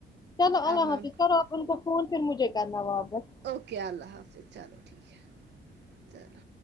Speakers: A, on the left; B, on the right.
A: چلو اللہ
B: اب میں
A: حافظ
B: ان کو
A: کرو آپ ان کو فون پر مجھے کرنا واپس
B: اوکے اللہ حافظ چلو ٹھیک ہے چلو